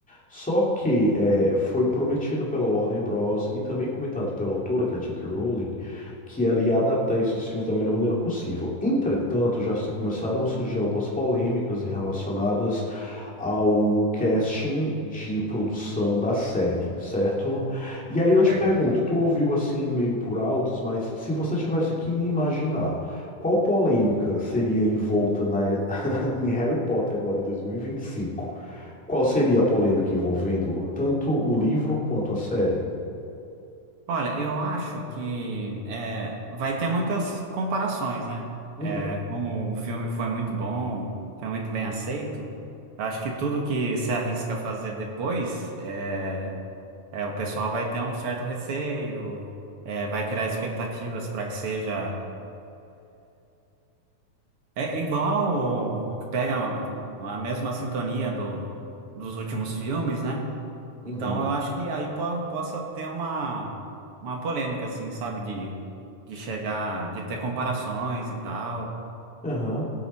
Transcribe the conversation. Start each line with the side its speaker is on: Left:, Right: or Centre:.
Centre: Só que é, foi prometido pela Warner Bros. e também comentado pela autora, que é a J.K. Rowling, que ela ia adaptar esses filmes da melhor maneira possível. Entretanto, já se começaram a surgir algumas polêmicas em relacionadas ao casting de produção da série, certo? E aí eu
Right: Certo.
Centre: te pergunto, tu ouviu assim meio por altos, mas se você tivesse que imaginar qual polêmica seria envolta na, <laughs> em Harry Potter agora em 2025? Qual seria a polêmica envolvendo tanto o livro quanto a série?
Right: Olha, eu acho que é, vai ter muitas comparações, né?
Centre: Uhum,
Right: É, como o filme foi muito bom, foi muito bem aceito, eu acho que tudo que se arrisca a fazer depois, é, é, o pessoal vai ter um certo receio, é, vai criar expectativas para que seja. É é igual o, o que pega o- a mesma sintonia do, dos últimos filmes, né?
Centre: uhum,
Right: Então eu acho que aí po- possa ter uma, uma polêmica, assim, sabe? De, de chegar, de ter comparações e tal.
Centre: aham.